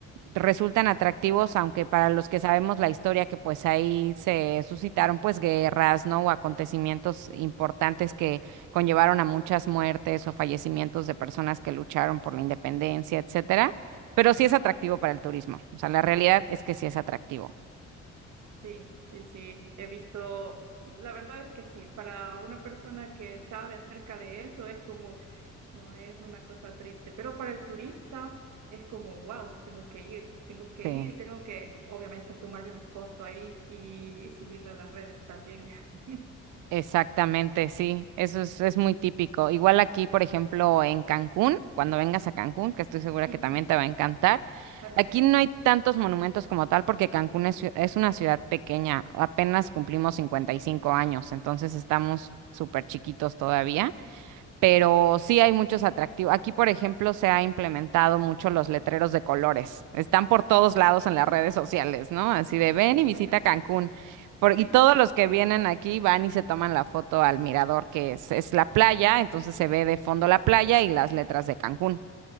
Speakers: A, on the right; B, on the right.
A: resultan atractivos, aunque para los que sabemos la historia, que pues ahí se suscitaron pues guerras, ¿no? O acontecimientos importantes conllevaron a muchas muertes o fallecimientos de personas que lucharon por la independencia, etcétera, pero sí es atractivo para el turismo. O sea, la realidad es que sí es atractivo.
B: Sí, sí, sí, he visto, la verdad es que sí, para una persona que sabe acerca de eso es como, no es una cosa triste, pero para el turista es como, wow, tengo que ir, tengo que
A: Sí.
B: ir y tengo que, obviamente, tomarme una foto ahí y, y subirla a las redes también. <laughs>
A: Exactamente, sí, eso es, es muy típico. Igual aquí, por ejemplo, en Cancún, cuando vengas a Cancún, que estoy segura
B: Ujú,
A: que también te va a encantar,
B: Ok.
A: aquí no hay tantos monumentos como tal porque Cancún es, ciu- es una ciudad pequeña, apenas cumplimos 55 años, entonces estamos súper chiquitos todavía. pero sí hay muchos atractivos. Aquí, por ejemplo, se ha implementado mucho los letreros de colores. Están por todos lados en las redes sociales, ¿no? Así de ven y visita
B: <laughs>
A: Cancún. Por-
B: Sí,
A: y todos los que vienen aquí van y se toman la foto al mirador, que es, es la playa, entonces se ve de fondo la playa y las letras de Cancún.